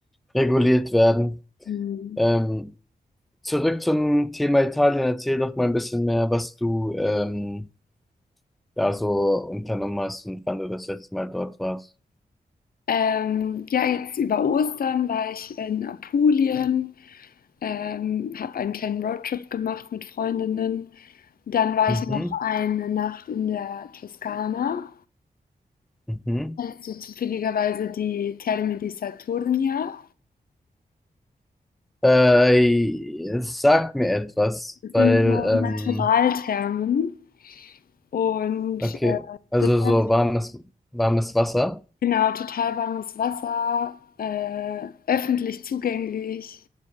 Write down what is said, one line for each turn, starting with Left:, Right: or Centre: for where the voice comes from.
Centre: reguliert werden.
Left: Hm.
Centre: Ähm, zurück zum Thema Italien, erzähl doch mal ein bisschen mehr, was du ähm, da so unternommen hast und wann du das letzte Mal dort warst.
Left: Ähm, ja, jetzt über Ostern war ich in Apulien, ähm, habe einen kleinen Roadtrip gemacht mit Freundinnen. Dann war
Centre: Mhm,
Left: ich noch eine Nacht in der Toskana.
Centre: mhm.
Left: Kennst du zufälligerweise die Terme di Saturnia?
Centre: Äh, es sagt mir etwas,
Left: Das
Centre: weil,
Left: sind so
Centre: ähm,
Left: Naturalthermen und
Centre: okay,
Left: äh,
Centre: also
Left: das hat
Centre: so warmes, warmes Wasser.
Left: genau total warmes Wasser, äh, öffentlich zugänglich.